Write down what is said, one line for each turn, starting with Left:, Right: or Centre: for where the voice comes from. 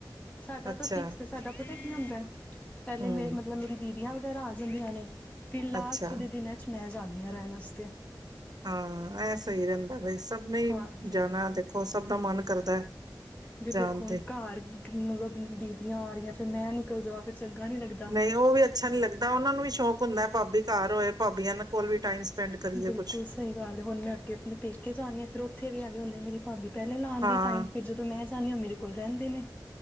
Left: ਸਾਡਾ
Right: ਅੱਛਾ
Left: ਤਾਂ ਫਿਕਸ ਹੈਏ ਸਾਡਾ ਕੀ ਹੁੰਦਾ ਪਹਿਲੇ
Right: ਹਮ
Left: ਮੇ ਮਤਲਬ ਮੇਰੀ ਦੀਦੀ ੀਆਂ ਵਗੈਰਾ ਆ ਜਾਂਦੀਆਂ ਨੇ ਫ ਲਾਸਟ
Right: ਅੱਛਾ
Left: ਦੇ ਦਿਨਾਂ ਚ ਮੈਂ ਜਾਂਦੀ ਹਾਂ ਰਹਿਣ ਵਸ
Right: ਹਾਂ ਐ ਸਹੀ ਰਹਿੰਦਾ ਬ ਸਭ ਨੇ ਹੀ
Left: ਹਾਂ
Right: ਜਾਣਾ ਦੇਖੋ ਸਭ ਦਾ ਮਨ ਕਰਦਾ ਹੈ
Left: ਵੀ
Right: ਜਾਣ
Left: ਦੇਖੋ ਹੁਣ
Right: ਤੇ
Left: ਘਰ ਮਤਲਬ ਦੀਦੀਆਂ ਆ ਰਹੀਆਂ ਫਿਰ ਮੈਂ ਨਿਕਲ ਜਾਵਾਂ ਫਿਰ ਚੰਗਾ ਨਹੀਂ ਲੱਗਦਾ
Right: ਨਹੀਂ ਉਹ ਵੀ ਅੱਛਾ ਨੀ ਲੱਗਦਾ ਉਹਨਾ ਨੂੰ ਵੀ ਸ਼ੌਕ ਹੁੰਦਾ ਭਾਬੀ ਘਰ ਹੋਏ ਭਾਬੀਆਂ ਕੋਲ ਵੀ ਟਾਈਮ ਸਪੈਂਡ ਕਰੀਏ
Left: ਬਿਲਕੁਲ
Right: ਕੁਛ
Left: ਸਹੀ ਗੱਲ ਹੁਣ ਮੈਂ ਅੱਗੇ ਆਪਣੇ ਪੇਕੇ ਜਾਂਣੀਦੀ ਹਾਂ ਫਿਰ ਉੱਥੇ ਇਥੇ ਵੀ ਆਵੇ ਹੁੰ ਮੇਰੀ ਭਾਬੀ ਪਹਿਲੇ ਲਾਉਣ
Right: ਹਾਂ
Left: ਦੀ ਟਾਈਮ ਫਿਰ ਜਦੋਂ ਮੈਂ ਾਨੀ ਉਹ ਮੇਰੇ ਕੋਲ ਰਹਿੰਦੇ ਨੇ